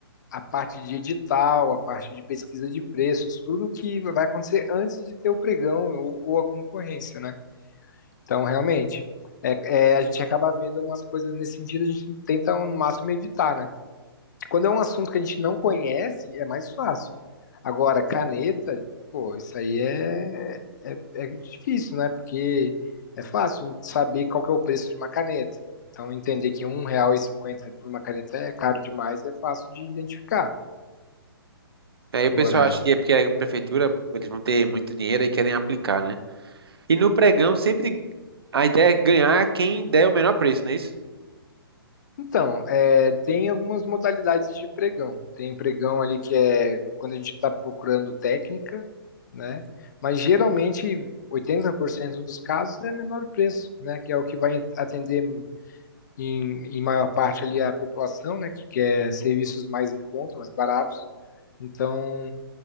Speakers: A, on the left (about 45°); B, on the right (about 75°).
A: a parte de edital, a parte de pesquisa de preços, tudo que vai acontecer antes de ter o pregão ou, ou a concorrência, né? Então, realmente, é, é, a gente acaba vendo umas coisas nesse sentido, a gente tenta no máximo evitar, né? Quando é um assunto que a gente não conhece, é mais fácil. Agora, caneta, pô, isso aí é, é, é difícil, né? Porque é fácil saber qual que é o preço de uma caneta. Então, entender que um real e cinquenta por uma caneta é caro demais é fácil de identificar.
B: Aí
A: Agora,
B: o pessoal acha que é porque a prefeitura, eles vão ter muito dinheiro e querem aplicar, né? E no pregão, sempre a ideia é ganhar quem der o menor preço, não é isso?
A: então, é, tem algumas modalidades de pregão. Tem pregão ali que é quando a gente está procurando técnica, né? Mas geralmente 80% dos casos é menor preço, né? Que é o que vai atender em, em maior parte ali a população, né? Que quer serviços mais em conta, mais baratos. Então,